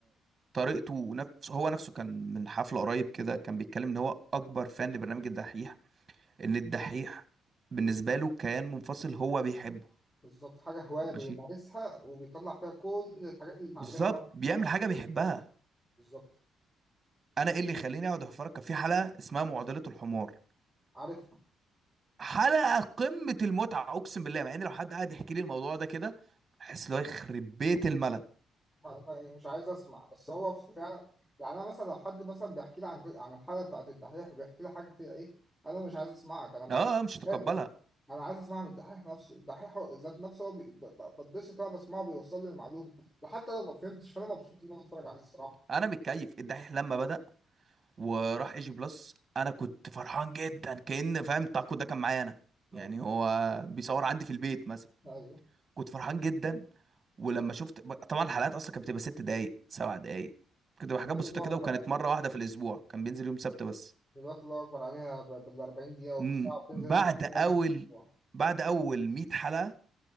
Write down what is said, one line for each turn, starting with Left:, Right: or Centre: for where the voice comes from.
Right: طريقته نفسه هو نفسه كان من حفله قريب كده كان بيتكلم ان هو اكبر فان لبرنامج الدحيح ان الدحيح بالنسبه له كيان منفصل هو بيحبه
Centre: بالظبط حاجة هواية بيمارسها
Right: ماشي
Centre: وبيطلع فيها كل الحاجات اللي اتعلمها
Right: بالظبط
Centre: بقى
Right: بيعمل
Centre: فيها
Right: حاجه بيحبها
Centre: بالظبط
Right: انا ايه اللي يخليني اقعد اتفرج كان في حلقه اسمها معضله الحمار
Centre: عارفها
Right: حلقه قمه المتعه اقسم بالله مع ان لو حد قاعد يحكي لي الموضوع ده كده احس اللي هو يخرب بيت الملل
Centre: ما ما مش عايز اسمع بس هو فعلا يعني انا مثلا لو حد مثلا بيحكي لي عن عن الحلقة بتاعت الدحيح وبيحكي لي حاجة فيها ايه انا مش عايز اسمعك انا مش
Right: اه مش
Centre: مش
Right: هتقبلها
Centre: قادر انا عايز اسمعها من الدحيح نفسه الدحيح هو- ذات نفسه هو بي- ب- ب- بتبسط وانا بسمعه بيوصل لي المعلومة وحتى لو ما فهمتش فانا مبسوط ان انا بتفرج عليه الصراحة
Right: انا متكيف الدحيح لما بدأ وراح اي جي بلس انا كنت فرحان جدا كأن فاهم تاكو ده كان معايا انا
Centre: اه
Right: يعني
Centre: بالظبط
Right: هو بيصور عندي في البيت مثلا
Centre: ايوه
Right: كنت فرحان جدا ولما شفت طبعا الحلقات اصلا كانت بتبقى ست دقايق سبع دقايق كانت بتبقى حاجات
Centre: دلوقتي
Right: بسيطه
Centre: الله
Right: كده
Centre: اكبر
Right: وكانت
Centre: عليها
Right: مره واحده في الاسبوع كان بينزل يوم سبت بس
Centre: دلوقتي الله اكبر عليها بال 40 دقيقة وبالساعة
Right: امم
Centre: وبتنزل
Right: بعد
Centre: مرتين
Right: اول
Centre: ثلاثة في الأسبوع.
Right: بعد اول 100 حلقه